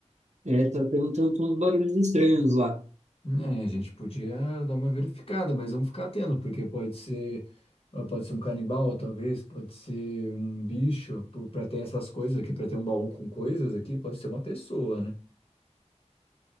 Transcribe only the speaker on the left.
É, a gente podia dar uma verificada, mas vamos ficar atento, porque pode ser, ah, pode ser um canibal, talvez, pode ser um bicho, para ter essas coisas aqui, para ter um baú com coisas aqui, pode ser uma pessoa, né?